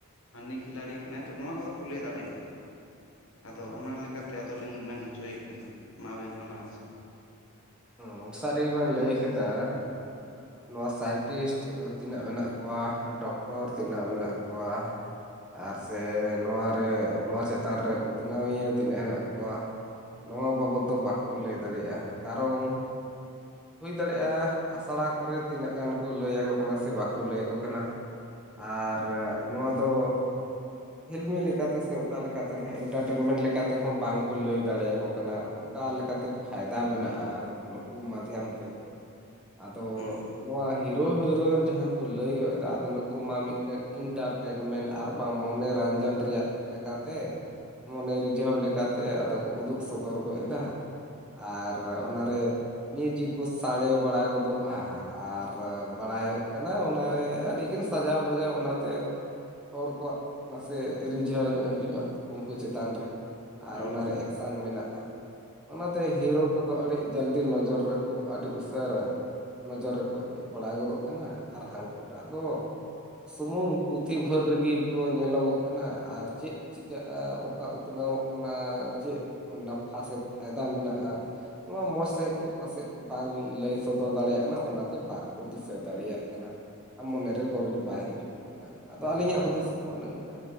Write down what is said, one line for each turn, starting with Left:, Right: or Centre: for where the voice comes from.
Left: ᱦᱟᱹᱱᱤ ᱠᱷᱤᱞᱟᱲᱤ ᱠᱟᱱᱟᱭ ᱛᱚ ᱱᱚᱶᱟ ᱠᱚ ᱫᱚ ᱠᱚ ᱞᱟᱹᱭ ᱫᱟᱲᱮᱭᱟᱜᱼᱟ ᱟᱫᱚ ᱚᱱᱟ ᱞᱮᱠᱟᱛᱮ ᱟᱫᱚᱞᱤᱧ ᱢᱮᱱ ᱦᱚᱪᱚᱭᱮᱫ ᱠᱟᱱᱟ ᱢᱟ ᱟᱵᱮᱱ ᱦᱚᱸ ᱞᱟᱦᱟ ᱥᱮᱫ
Centre: ᱦᱩᱹ ᱥᱟᱹᱨᱤ ᱜᱮ ᱵᱮᱱ ᱞᱟᱹᱭ ᱠᱮᱫᱟ ᱱᱚᱣᱟ ᱥᱟᱭᱮᱱᱴᱤᱥᱴ ᱛᱤᱱᱟᱹᱜ ᱢᱮᱱᱟᱜ ᱠᱚᱣᱟ ᱰᱚᱠᱴᱚᱨ ᱛᱤᱱᱟᱹᱜ ᱢᱮᱱᱟᱜ ᱠᱚᱣᱟ ᱟᱨ ᱥᱮ ᱱᱚᱣᱟ ᱨᱮ ᱱᱚᱣᱟ ᱪᱮᱛᱟᱱ ᱨᱮ ᱩᱛᱷᱱᱟᱹᱣᱤᱭᱟᱹ ᱛᱤᱱᱟᱹᱜ ᱦᱮᱱᱟᱜ ᱠᱚᱣᱟ ᱱᱚᱣᱟ ᱵᱟᱵᱚᱛ ᱫᱚ ᱵᱟᱠᱚ ᱞᱟᱹᱭ ᱫᱟᱲᱮᱭᱟᱜᱼᱟ ᱠᱟᱨᱚᱱ ᱦᱩᱭ ᱫᱟᱲᱮᱭᱟᱜᱼᱟ ᱟᱥᱲᱟ ᱠᱚᱨᱮ ᱛᱤᱱᱟᱹᱜ ᱜᱟᱱ ᱠᱚ ᱞᱟᱹᱭ ᱟᱠᱚ ᱠᱟᱱᱟ ᱥᱮ ᱵᱟᱠᱚ ᱞᱟᱹᱭ ᱟᱠᱚ ᱠᱟᱱᱟ ᱟᱨ ᱱᱚᱣᱟ ᱫᱚ ᱯᱷᱤᱞᱢᱤ ᱞᱮᱠᱟᱛᱮ ᱥᱮ ᱚᱠᱟ ᱞᱮᱠᱟᱛᱮ ᱱᱟᱦᱟᱜ ᱤᱱᱴᱟᱨᱴᱮᱱᱢᱮᱱᱴ ᱞᱮᱠᱟᱛᱮ ᱦᱚᱸ ᱵᱟᱝᱠᱚ ᱞᱟᱹᱭ ᱫᱟᱲᱮᱭᱟᱠᱚ ᱠᱟᱱᱟ ᱚᱠᱟ ᱞᱮᱠᱟᱛᱮ ᱯᱷᱟᱭᱫᱟ ᱢᱮᱱᱟᱜᱼᱟ ᱱᱩᱠᱩ ᱢᱟᱫᱽᱭᱟᱢ ᱛᱮ ᱟᱫᱚ
Left: ᱦᱩᱸ
Centre: ᱱᱚᱣᱟ ᱦᱤᱨᱚ ᱦᱤᱨᱚᱭᱤᱱ ᱡᱟᱦᱟᱸ ᱠᱚ ᱞᱟᱹᱭ ᱜᱚᱫ ᱮᱫᱟ ᱟᱫᱚ ᱱᱩᱠᱩ ᱢᱟ ᱢᱤᱫᱴᱮᱱ ᱤᱱᱴᱟᱨ ᱴᱮᱱᱢᱮᱱᱴ ᱟᱨ ᱵᱟᱝ ᱢᱚᱱᱮᱨᱟᱱᱡᱟᱱ ᱨᱮᱭᱟᱜ ᱞᱮᱠᱟᱛᱮ ᱢᱚᱱᱮ ᱨᱤᱡᱷᱟᱹᱣ ᱞᱮᱠᱟᱛᱮ ᱟᱫᱚ ᱠᱚ ᱩᱫᱩᱜ ᱥᱚᱫᱚᱨ ᱜᱚᱫ ᱮᱫᱟ ᱟᱨ ᱚᱱᱟᱨᱮ ᱢᱤᱭᱩᱡᱤᱠ ᱠᱚ ᱥᱟᱰᱮ ᱵᱟᱲᱟ ᱜᱚᱫᱚᱜᱼ -ᱟ ᱟᱨ ᱵᱟᱲᱟᱭᱚᱜ ᱠᱟᱱᱟ ᱚᱱᱟᱨᱮ ᱟᱹᱰᱤᱜᱤᱟᱱ ᱥᱟᱡᱟᱣ ᱵᱟᱡᱟᱣ ᱚᱱᱟᱛᱮ ᱦᱚᱲ ᱠᱚᱣᱟᱜ ᱱᱟᱥᱮ ᱨᱤᱡᱷᱟᱹᱣ ᱧᱚᱜ ᱦᱤᱡᱩᱜᱼᱟ ᱩᱱᱠᱩ ᱪᱮᱛᱟᱱ ᱨᱮ ᱟᱨ
Left: ᱦᱮᱸ
Centre: ᱚᱱᱟᱨᱮ ᱮᱠᱥᱮᱱ ᱢᱮᱱᱟᱜᱼᱟ ᱚᱱᱟᱛᱮ
Left: ᱦᱮᱸ
Centre: ᱦᱤᱨᱳ ᱠᱚᱫᱚ ᱟᱹᱰᱤ ᱡᱟᱞᱫᱤ ᱞᱚᱡᱚᱨ ᱨᱮᱠᱚ ᱟᱹᱰᱤ ᱩᱥᱟᱹᱨᱟ ᱞᱚᱡᱚᱨ ᱨᱮᱠᱚ ᱦᱮᱡ ᱵᱟᱲᱟ ᱜᱚᱫᱚᱜ ᱠᱟᱱᱟ ᱟᱨ ᱦᱟᱹᱱᱠᱩ ᱴᱟᱜ ᱫᱚ ᱥᱩᱢᱩᱝ ᱯᱩᱛᱷᱤ ᱵᱷᱳᱨ ᱨᱮᱜᱮ ᱠᱚ ᱧᱮᱞᱚᱜᱚᱜ ᱠᱟᱱᱟ ᱟᱨ ᱪᱮᱜ ᱪᱤᱠᱟᱹᱜᱼᱟ ᱚᱠᱟ ᱩᱛᱱᱟᱹᱣᱚᱜ ᱠᱟᱱᱟ ᱪᱮᱫ ᱱᱟᱯᱷᱟ ᱥᱮ ᱯᱷᱟᱭᱫᱟ ᱢᱮᱱᱟᱜᱼᱟ ᱱᱚᱣᱟ ᱢᱚᱸᱡᱽ ᱥᱟᱹᱦᱤᱡ ᱛᱮ ᱯᱟᱥᱮ ᱵᱟᱝ ᱞᱟᱹᱭ ᱥᱚᱫᱚᱨ ᱫᱟᱲᱮᱭᱟᱜᱢ ᱚᱱᱟᱛᱮ ᱵᱟᱠᱚ ᱫᱤᱥᱟᱹ ᱫᱟᱲᱮᱭᱟᱜ ᱠᱟᱱᱟ ᱢᱚᱱᱮᱨᱮ ᱜᱚᱨᱚᱡᱽ ᱵᱟᱭ ᱦᱤᱡᱩᱜ ᱠᱟᱱᱟ ᱟᱫᱚ ᱟᱹᱞᱤᱧᱟᱜ
Left: ᱦᱮᱸ
Centre: ᱦᱩᱫᱤᱥ ᱚᱱᱜᱚᱭ ᱱᱚᱝᱠᱟ